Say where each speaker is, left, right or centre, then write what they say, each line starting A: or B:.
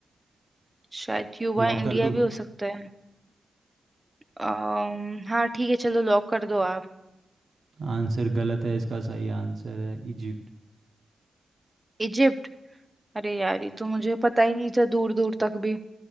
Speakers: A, on the right; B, on the right.
A: शायद क्यूबा
B: लॉक
A: इंडिया
B: कर दूं
A: भी हो सकता है अम्म हाँ ठीक है चलो लॉक कर दो आप
B: आंसर गलत है इसका सही आंसर है इजिप्ट
A: इजिप्ट अरे यार ये तो मुझे पता ही नहीं था दूर दूर तक भी